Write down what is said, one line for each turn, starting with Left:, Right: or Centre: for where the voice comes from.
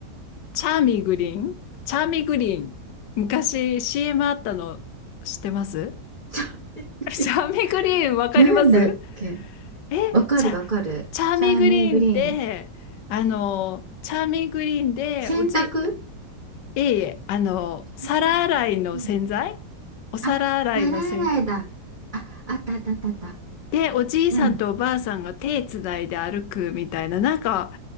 Left: チャーミーグリーンチャーミーグリーン。昔 CM あったの知ってます
Right: <laughs> チャーミーグリー
Left: <laughs> チャーミーグリーンわかります
Right: ンなんだっけ
Left: え、
Right: わかるわかる。
Left: チャ、チャーミーグリーンって、
Right: チャーミーグリーン。
Left: あの、チャーミーグリーンでおじ、
Right: 洗濯
Left: いえいえ、あの、
Right: チャーミーグリーン。
Left: 皿洗いの洗剤お皿洗いの洗
Right: あ、皿洗いだ。あ、あったあったあったあった。
Left: で、おじいさんとおばあさんが手つないで歩くみたいな、
Right: うん。
Left: なんか、